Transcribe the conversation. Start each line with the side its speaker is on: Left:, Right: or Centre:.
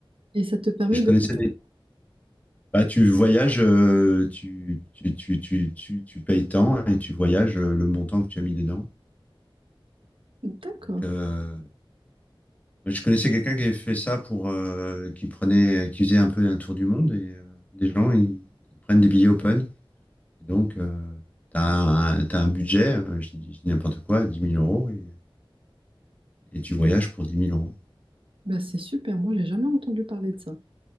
Right: et ça te permet
Left: Je, je
Right: de...
Left: connaissais des- Bah, tu voyages, euh, tu, tu, tu, tu, tu, tu payes tant et tu voyages euh, le montant que tu as mis dedans.
Right: D'accord,
Left: Donc, euh, Moi, Je connaissais quelqu'un qui avait fait ça pour, euh, qui prenait, qui faisait un peu un tour du monde et euh, des gens, ils, ils prennent des billets open. Et donc, euh, t'as un, t'as un budget, euh, je dis, je dis n'importe quoi, dix mille euros et, et tu voyages pour dix mille euros.
Right: ben, c'est super, moi j'ai jamais entendu parler de ça.